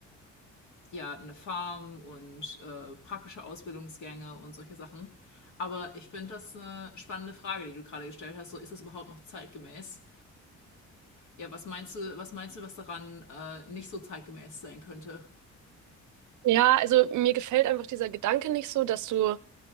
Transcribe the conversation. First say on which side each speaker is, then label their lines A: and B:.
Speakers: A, on the left; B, on the right.
A: ja eine Farm und äh, praktische Ausbildungsgänge und solche Sachen. Aber ich finde das eine spannende Frage, die du gerade gestellt hast. So, ist das überhaupt noch zeitgemäß? Ja, was meinst du, was meinst du, was daran äh, nicht so zeitgemäß sein könnte?
B: Ja, also mir gefällt einfach dieser Gedanke nicht so, dass du